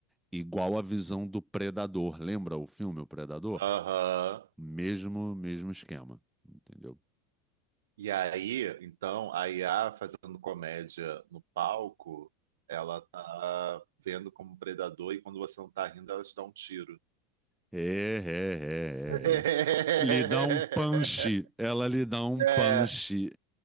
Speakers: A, in the centre; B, on the right.
A: igual a visão do Predador. Lembra o filme O Predador?
B: Aham.
A: Mesmo, mesmo esquema, entendeu?
B: E aí, então, a IA fazendo comédia no palco, ela tá vendo como predador e quando você não tá rindo, ela te dá um tiro.
A: É, é, é,
B: <laughs>
A: é. é. Lhe dá um punch, ela lhe dá um
B: É,
A: punch.